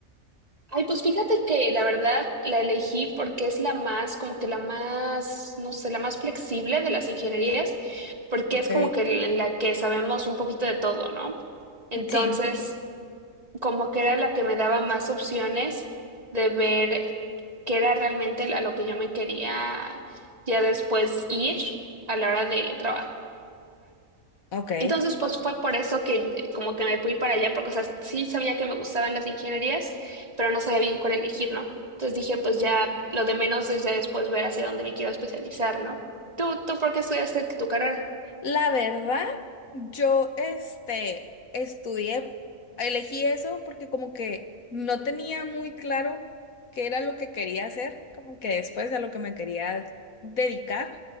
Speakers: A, on the right; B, on the left.
A: Ay, pues fíjate que la verdad la elegí porque es la más, como que la más, no sé, la más flexible de las ingenierías, porque
B: Ok.
A: es como que l- en la que sabemos un poquito de todo, ¿no? Entonces,
B: Sí,
A: como que era la que me daba más opciones de ver qué era realmente a lo que yo me quería ya después ir a la hora de trabajar.
B: ok.
A: Entonces, pues fue por eso que eh, como que me fui para allá, porque, o sea, sí sabía que me gustaban las ingenierías, pero no sabía bien cuál elegir, ¿no? Entonces dije, pues ya lo de menos es ya después ver hacia dónde me quiero especializar, ¿no? ¿Tú, tú por qué estudiaste tu carrera?
B: La verdad, yo este, estudié, elegí eso porque como que no tenía muy claro qué era lo que quería hacer, como que después a lo que me quería dedicar.